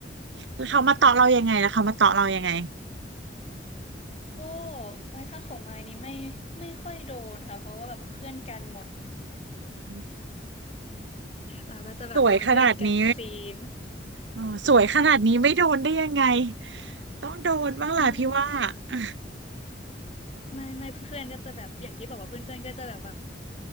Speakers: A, on the right; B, on the left.
A: แล้วเขามาเตาะเรายังไงแล้วเขามาเตาะเรายังไง
B: ก็ไว้ถ้าของมายนี้ไม่ไม่ค่อยโดนค่ะเพราะว่าแบบเพื่อนกันหมด
A: อืม
B: เราก็จะแบบโดนเพื่อนกันซีน
A: สวยขนาดนี้อ๋อสวยขนาดนี้ไม่โดนได้ยังไงต้องโดนบ้างแหละพี่ว่า
B: ไม่
A: <laughs>
B: ไม่ไม่เพื่อนๆก็จะแบบอย่างที่บอกว่าเพื่อนๆก็จะแบบว่า